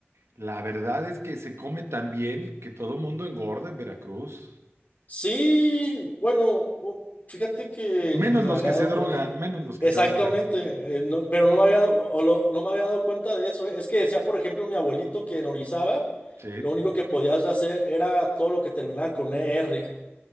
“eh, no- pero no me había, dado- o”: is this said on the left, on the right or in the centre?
Left